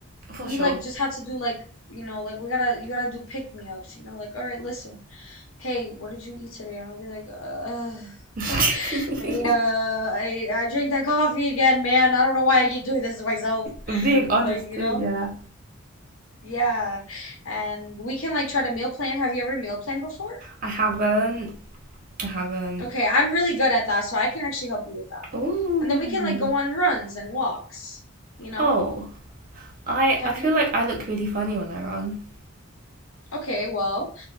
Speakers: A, on the right (about 45°); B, on the left (about 80°).
A: for
B: We
A: sure.
B: like just have to do like, you know, like we gotta, you gotta do pick me ups, you know, like, all right, listen. hey, what did you eat today? I'm gonna be like, uh,
A: <laughs>
B: <laughs> I uh, I I drink that coffee again, man. I don't know why I keep doing this to myself. <laughs>
A: I'm being honest
B: Like, you
A: too,
B: know?
A: yeah.
B: Yeah. And we can like try to meal plan. Have you ever meal planned before?
A: I haven't. I haven't.
B: Okay, I'm really good at that, so I can actually help you with that.
A: Oh.
B: And then we can like go on runs and walks, you know?
A: Oh. I
B: Have
A: I feel
B: you?
A: like I look really funny when I run.
B: Okay, well,